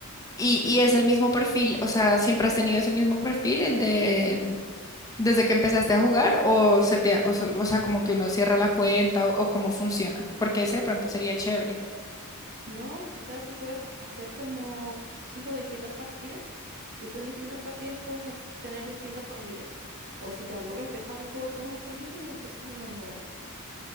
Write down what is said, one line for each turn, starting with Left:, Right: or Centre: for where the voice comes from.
Left: y es el mismo perfil? O sea, ¿siempre has tenido ese mismo perfil, el de mm, desde que empezaste a jugar? ¿O se te, ha- o, se- o sea, como que uno cierra la cuenta o, o cómo funciona? Porque ese de pronto sería chévere.
Right: No, o sea, tú puedes hacer como, son como distintas partidas, y tú en distintas partidas puedes has- tener distintas familias. O si te aburres, dejas de jugar con una familia y empiezas una nueva.